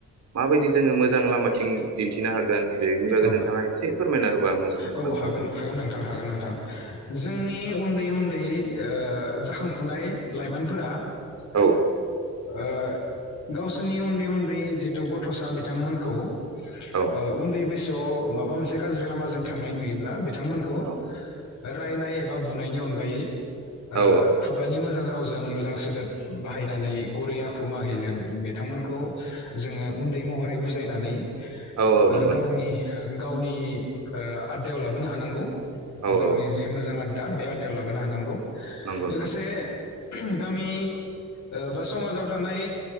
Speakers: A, on the right (about 65°); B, on the left (about 75°).
A: माबायदि जोङो मोजां मोजां लामाथिं दिन्थिनो हागोन बागै
B: औ
A: नोंथाङा एसे फोरमायना होबा आं मोजां
B: औ
A: मोनगोन
B: हागोन
A: आरो
B: हागोन नोंथां हागोन नोंथां जोंनि उन उन्दै उन्दै ओ जाखांफुनाय लाइमोनफोरा ओ
A: औ
B: गावसोरनि उन्दै उन्दै जिथु गथसा बिथांमोनखौ ओ
A: औ
B: उन्दै बै द माबा मोनसे गाज्रि लामाजों थांनाय नुयोब्ला बि बिथांमोनखौ
A: औ
B: रायनाय एबा बुनायनि अनगायै
A: औ
B: ओ खुगानि मोजां रावजों मोजां सोदोब बाहायनानै गुरै आखु माहिजों बिथांमोनखौ जोङो उन्दै महरै बुजायनानै
A: औ औ
B: ओ
A: नंगौ
B: गावनि
A: नोंथां।
B: गावनि ओ आदायाव लाबोनो हानांगौ।
A: औ
B: गावनि
A: औ
B: जि मोजां आददा बे आडायाव लाबोनो हानां लोगोसे
A: नंगौ नोंथां
B: गामि ओ बा समाजाव ओ थानाय